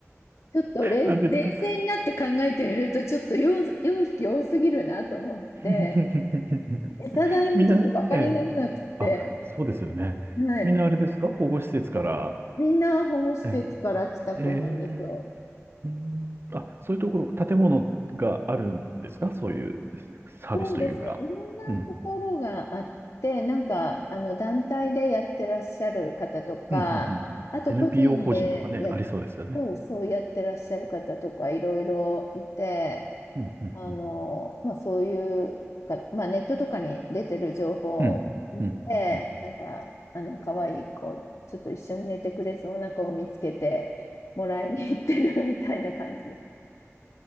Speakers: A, on the left; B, on the right.
A: ちょっとれ冷静になって考えてみると、
B: あれですか
A: ちょっと4、4匹多すぎるなと思って、
B: <laughs>
A: 餌代もちょっとバカにならなくて、
B: みんな、ええ。あ、そうですよね。
A: はい。
B: みんなあれですか保護施設から。
A: みんな保護施設から来た子なんですよ。
B: ええ、ええうーん。あ、そういうところ、建物があるんですかそういうサービスというか。
A: そうですね。いろんなところがあって、
B: うん。
A: なんか、あの、団体でやってらっしゃる方とか、
B: うん、うん、うん。うん
A: あと個人でや、
B: NPO 法人とかね、ありそうですよね。
A: そう、そうやってらっしゃる方とか、いろいろいて、
B: うん、うん、
A: あの、
B: うん。
A: まあ、そういうが、まあ、ネットとかに出てる情報
B: うん、うん。
A: で、
B: うん
A: なんか、あの、可愛い子、ちょっと一緒に寝てくれそうな子を見つけて、もらいに行ってる <laughs> みたいな感じで。